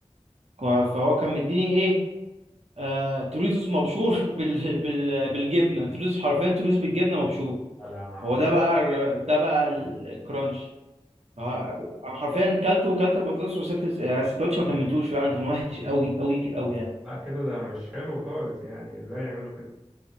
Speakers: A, on the right; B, in the centre.
A: كو- فهو كان مديني ايه آه... توريتوس مبشور <laughs> بال... بال... بالجبنه توريتوس حرفيا توريتوس بالجبنه مبشور
B: على عرب
A: هو ده بقى الر- ده بقى الكرانش آه، انا حرفيا كلته وكلت البطاطس وسبت الس- يعني السندوتش ما كملتوش فعلا كان وحش قوي قوي قوي يعني
B: لا كده ده مش حلو خالص يعني ازاي يعملوا كده